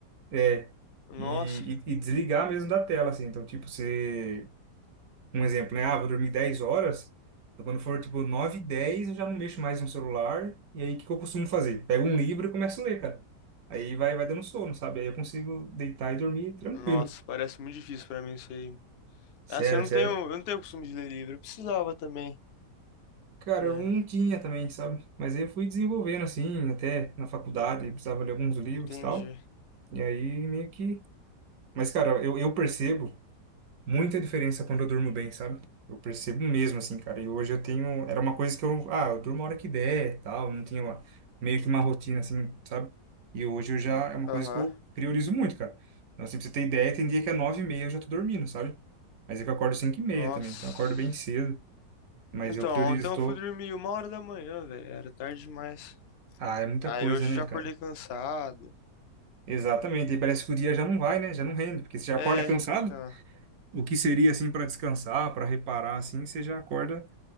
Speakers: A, on the right; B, on the left.
A: É,
B: Nossa,
A: e, e, e desligar mesmo da tela, assim. Então, tipo, você um exemplo, né? Ah, vou dormir 10 horas. Então, quando for tipo nove e 10, eu já não mexo mais no celular. E aí, o que que eu costumo fazer? Pego um livro e começo a ler, cara. Aí vai, vai dando sono, sabe? Aí eu consigo deitar e dormir tranquilo.
B: nossa, parece muito difícil pra mim isso aí.
A: Sério,
B: Assim, eu não
A: sério.
B: tenho, eu não tenho costume de ler livro, eu precisava também.
A: Cara,
B: É,
A: eu não tinha também, sabe? Mas aí eu fui desenvolvendo assim, até na faculdade, precisava ler alguns livros
B: entendi.
A: e tal. E aí meio que. Mas, cara, eu, eu percebo muita diferença quando eu durmo bem, sabe? Eu percebo mesmo, assim, cara. E hoje eu tenho. Era uma coisa que eu. Ah, eu durmo a hora que der, tal. Não tinha uma- meio que uma rotina, assim, sabe? E hoje eu já. É uma
B: Aham.
A: coisa que eu priorizo muito, cara. Então, assim, pra você ter ideia, tem dia que é nove e meia eu já tô dormindo, sabe? Mas é que eu acordo cinco e meia
B: Nossa.
A: também. Então eu acordo bem cedo. Mas
B: Então,
A: eu priorizo.
B: ontem eu
A: Tô...
B: fui dormir uma hora da manhã, velho, era tarde demais.
A: Ah, é muita
B: Aí
A: coisa,
B: hoje
A: né,
B: eu já acordei
A: cara?
B: cansado.
A: Exatamente. E parece que o dia já não vai, né? Já não rende. Porque você já
B: É,
A: acorda cansado.
B: então.
A: O que seria, assim, pra descansar, pra reparar, assim, você já acorda.